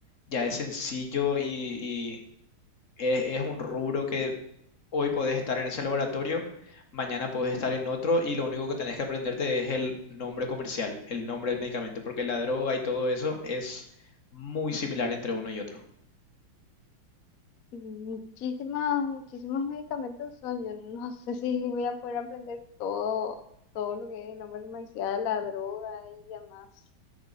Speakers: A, on the left (about 40°); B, on the left (about 60°).
A: ya es sencillo y, es, es un rubro que hoy podés estar en ese laboratorio, mañana podés estar en otro y lo único que tenés que aprenderte es el nombre comercial, el nombre del medicamento, porque la droga y todo eso es muy similar entre uno y otro.
B: Muchísimas, muchísimos medicamentos son. Yo no <laughs> sé si voy a poder aprender todo, todo lo que es el hombre comercial, la droga y demás.